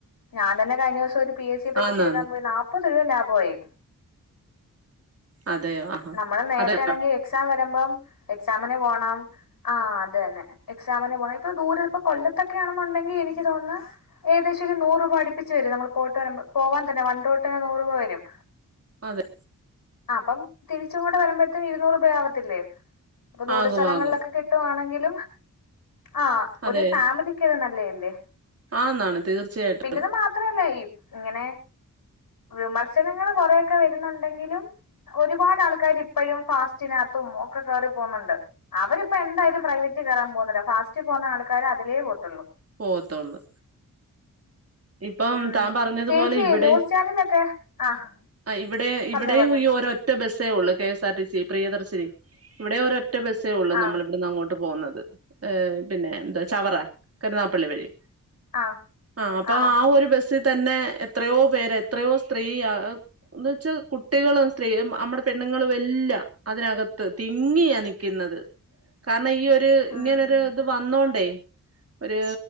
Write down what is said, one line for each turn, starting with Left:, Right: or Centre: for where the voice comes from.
Left: ഞാൻ തന്നെ കഴിഞ്ഞ ദിവസം ഒരു പി. എസ്. സി പരീക്ഷ
Right: ആന്നാന്ന്
Left: എഴുതാൻ പോയി, നാൽപ്പത് രൂപ ലാഭമായി.
Right: അതെയോ ആഹാ
Left: നമ്മള് നേരത്ത
Right: അതെ
Left: ആണെങ്കി, എക്സാം വരുമ്പം എക്സാമിന് പോണം ആഹ അത്തന്നെ എക്സാമിന് പോണം ഇപ്പൊ ദൂര ഇപ്പൊ കൊല്ലത്തൊക്കെയാണെന്നുണ്ടെങ്കിൽ എനിക്ക് തോന്നുന്നു ഏത അ നൂറ രൂപ അടിപ്പിച്ചച്ച് വര നമ്മ പോയി പോവാൻന്നെ വൺറോട്ടെ നൂറ് രൂപ വരും
Right: അതെ
Left: അപ്പം തിരിച്ച ഇവിടെ വരുമ്പോത്തേക്ക് ഇരുന്നൂർ രൂപ അകത്തില്ലേ അപ്പൊ ദൂരെ
Right: ആകും
Left: സ്ഥലങ്ങളിൽ
Right: ആകും
Left: ഒക്കെ കിട്ടുവാണെങ്കിൽ ആ ഒരു
Right: അതെ
Left: ഫാമിലിക്ക്ത് നല്ലതല്ലേ
Right: ആന്നാണ് തീർച്ചയായിട്ടും
Left: പിന്നെത് മാത്രല്ല ഈ ഇങ്ങനെ വിമർശനങ്ങൾ കൊറേ ണ്ടെങ്കിലും ഒരുപാട് ആൾക്കാർ ഇപ്പോഴും ഫാസ്റ്റിനകത്തും ഒക്കെ കേറി പോകുന്നുണ്ട് അവരിപ്പ എന്തായാലും പ്രൈവറ്റ് കയറൻ പോകുന്നില്ല ഫാസ്റ്റ് പോകുന്ന ആൾക്കാരെ അതിലേ പോത്തുള്ളൂ
Right: പോത്തോള്ളു ഇപ്പം
Left: ഉം
Right: താൻ പറഞ്ഞതുപോലെ
Left: ചേച്ചി
Right: ഇവിടെ
Left: ന്യൂസ് ചാനലൊക്കെ ആഹ്
Right: ഇവിടെ
Left: പറഞ്ഞോ
Right: ഇവിടെയും
Left: പറഞ്ഞോ
Right: ഒരൊറ്റ ബസ്സേ ഉള്ളൂ കെഎസ് ആർ ടിസി പ്രിയദർശിനി ഇവിടെ ഓരോ ഒറ്റ ബസ്സേ ഉള്ളൂ
Left: ആഹ്
Right: നമ്മൾ ഇവിടുന്ന് അങ്ങോട്ട് പോകുന്നത് ഏ പിന്നെ എന്താ ചവറ കരുനാപ്പള്ളി വഴി
Left: ആഹ്
Right: ആ അപ്പൊ
Left: ആഹ്
Right: ആ ഒരു ബസ്സ് തന്നെ എത്രയോ പേര് എത്രയോ സ്ത്രീയ എന്ന് വെച്ചാൽ കുട്ടികളും സ്ത്രീ നമ്മടെ പെണ്ണുങ്ങളും എല്ല അതിനകത്ത് തിങ്ങിയാ നിക്കുന്നത് കാരണം ഈ ഒരു
Left: ഉം
Right: ഇങ്ങനോരു ഇത് വന്നോണ്ടേ ഒരു